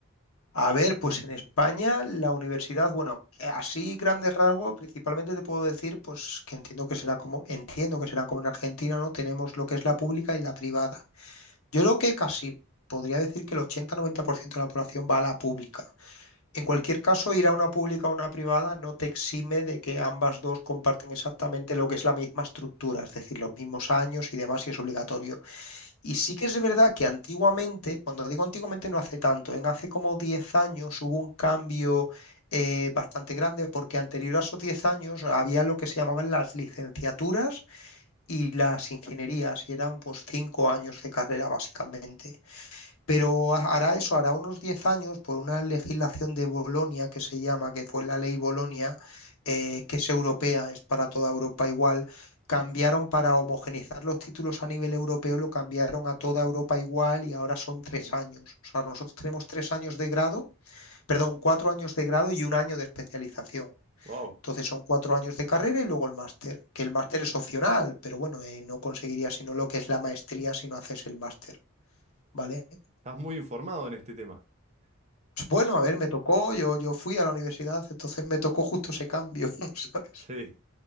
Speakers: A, on the left (about 85°); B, on the right (about 30°).
A: A ver, pues en España la universidad, bueno, eh, así grandes rasgos, principalmente te puedo decir, pues que entiendo que será como, entiendo que será como en Argentina, ¿no? Tenemos lo que es la pública y la privada. Yo creo que casi podría decir que el ochenta noventa por ciento de la población va a la pública. En cualquier caso, ir a una pública o una privada no te exime de que ambas dos comparten exactamente lo que es la misma estructura, es decir, los mismos años y demás, y es obligatorio. Y sí que es verdad que antiguamente, cuando digo antiguamente no hace tanto, en hace como 10 años hubo un cambio eh, bastante grande porque anterior a esos 10 años había lo que se llamaban las licenciaturas y las ingenierías y eran pues 5 años de carrera básicamente. Pero ha- hará eso, hará unos 10 años, por una legislación de Bolonia que se llama, que fue la ley Bolonia, eh, que es europea, es para toda Europa igual, cambiaron para homogeneizar los títulos a nivel europeo, lo cambiaron a toda Europa igual y ahora son tres años. O sea, nosotros tenemos tres años de grado, perdón, cuatro años de grado y un año de especialización.
B: Wow,
A: Entonces son cuatro años de carrera y luego el máster, que el máster es opcional, pero bueno, eh, no conseguirías sino lo que es la maestría si no haces el máster, ¿vale?
B: estás muy informado en este tema.
A: Pues
B: Sh-
A: Bueno, a ver, me tocó, yo, yo fui a la universidad, entonces me tocó justo ese cambio, <laughs> ¿sabes?
B: Sí,